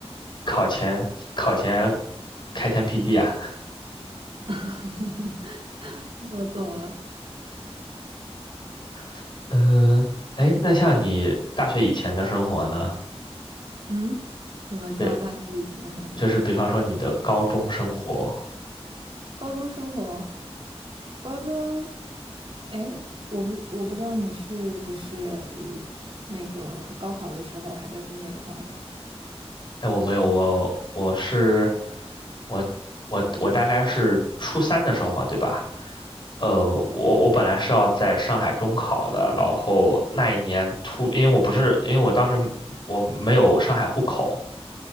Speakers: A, on the left; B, on the right.
A: 考前考前开天辟地啊。
B: <laughs> 我懂了，
A: <laughs> 嗯、呃，哎，那像你大学以前的生活呢？
B: 嗯，什么叫大学以前的生活？
A: 对，就是比方说你的高中生活。
B: 高中生活，高中，哎，我不，我不知道你是不是呃那个高考的时候还在国内考的，
A: 哎，我没有，我我是我我我大概是初三的时候嘛，对吧？呃，我我本来是要在上海中考的，然后那一年突，因为我不是，因为我当时我没有上海户口，